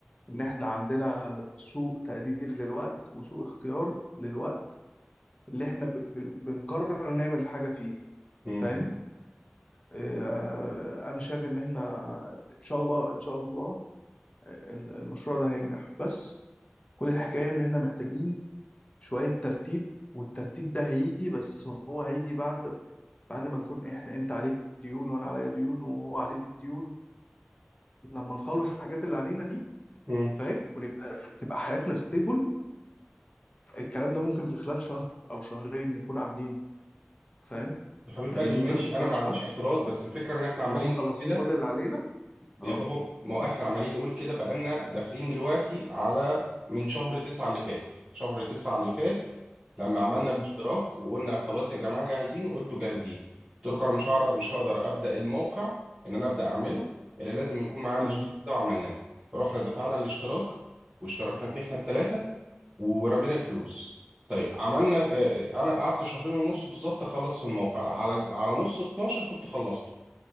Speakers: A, on the left (about 30°); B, on the right (about 20°).
A: إن إحنا عندنا سوء تقدير للوقت وسوء اختيار للوقت اللي إحنا ب- بن- بنقرر نعمل حاجة فيه
B: مم.
A: فاهم؟ آه، أنا شايف إن إحنا إن شاء الله إن شاء الله آه، ال- المشروع ده هينجح بس كل الحكاية إن إحنا محتاجين شوية ترتيب والترتيب ده هيجي بس هو هيجي بعد بعد ما نكون إحنا أنت عليك ديون وأنا عليا ديون وهو عليه ديون لما نخلص الحاجات اللي علينا دي
B: مم.
A: فاهم ونبقى تبقى حياتنا ستيبل الكلام ده ممكن في خلال شهر او شهرين نكون عاملينه فاهم
B: يا حبيب
A: يعني
B: قلبي
A: ممكن
B: ماشي
A: في
B: انا
A: خلال
B: ما عنديش
A: شهر
B: اعتراض بس الفكره ان احنا عمالين
A: نكون مخلصين
B: نقول كده
A: كل اللي علينا اه
B: يا بابا ما هو احنا عمالين نقول كده بقالنا داخلين دلوقتي على من شهر تسعة اللي فات شهر تسعة اللي فات لما عملنا
A: مم.
B: الاشتراك وقلنا خلاص يا جماعه جاهزين قلتوا جاهزين قلت لكم انا مش هعرف مش هقدر ابدا الموقع ان انا ابدا اعمله الا لازم يكون معايا الاشتراك
A: مم.
B: ده وعملناه رحنا دفعنا الاشتراك واشتركنا فيه احنا الثلاثه ورمينا الفلوس طيب عملنا آه، آه، انا قعدت شهرين ونص بالظبط اخلص في الموقع على على نص 12 كنت خلصته